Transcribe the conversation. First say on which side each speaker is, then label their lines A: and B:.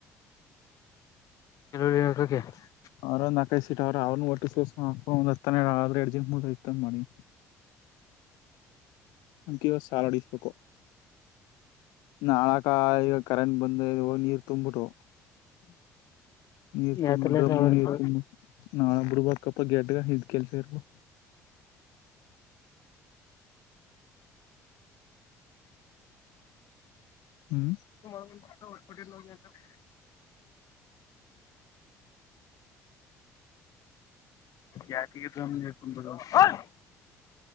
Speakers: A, on the left (about 60°); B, on the left (about 80°).
A: <unintelligible>
B: ಅವರಂದ ನಕಾಯಸಟ್ಟ ಅವ್ರರು ಅವ್ನು ಒಟ್ಟಿ ಸಸ ಒಂದ್ ಹತ್ತನ ಆದ್ರೆ ಎರಡ್ ಜನ್ ಮುದ ಐತಂದ ಮಾಡಿ ಅ ಕಿವ ಸಾಲಡಿಸಬೇಕು ನಾಳಕ ಈಗ ಕರೆಂಟ್ ಬಂದ ನೀರ್ ತುಂಬ್ಬಿಟ್ಟು ನೀರ್
A: ಯಾತ್ರೆಲ್ಲ
B: ತುಂಬ ಡ್ರಮ್ಮು
A: ಸಾವಿರ
B: ನೀರ್
A: ರೂಪಾಯಿ
B: ತುಂಬ ನಾಳಬರುಬಕಪ್ಪ ಗೆಟ್ಗ ಇದ್ ಕೆಲ್ಸ ಇರ್ಬೋ ಹ್ಮ್
A: ನಾವು <unintelligible> ಯಗಫನ್ <unintelligible>